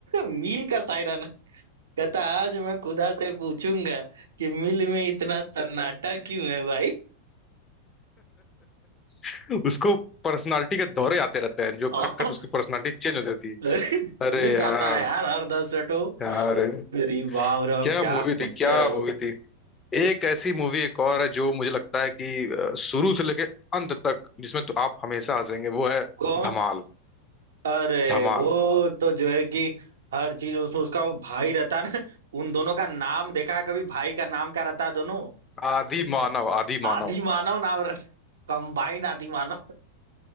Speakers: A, on the right; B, on the left.
A: <laughs> मिल का सायरन कहता आज मैं खुदा से पूछूंगा कि मिल में इतना सन्नाटा क्यों है भाई
B: <laughs> उसको पर्सनालिटी के दौरे आते रहते हैं जो
A: <laughs> और
B: खट खट उसकी पर्सनालिटी चेंज हो जाती
A: भूल
B: है अरे यार
A: जाता है यार हर दस मिनट वो।
B: यार
A: अरे बाप रे और
B: क्या
A: क्या
B: मूवी थी
A: पिक्चर
B: क्या
A: है वो
B: मूवी थी एक ऐसी मूवी एक और है जो मुझे लगता है कि अ, शुरू से लेके अंत तक जिसमें तो आप हमेशा हंसेंगे वो है
A: कौन
B: धमाल
A: अरे
B: धमाल
A: वो तो जो है कि हर चीज उसमें उसका वो भाई रहता है ना उन दोनों का नाम देखा है कभी भाई का नाम क्या रहता है दोनों
B: आदि मानव आदि
A: आदि
B: मानव
A: मानव नाम रहता कंबाइंड आदि मानव।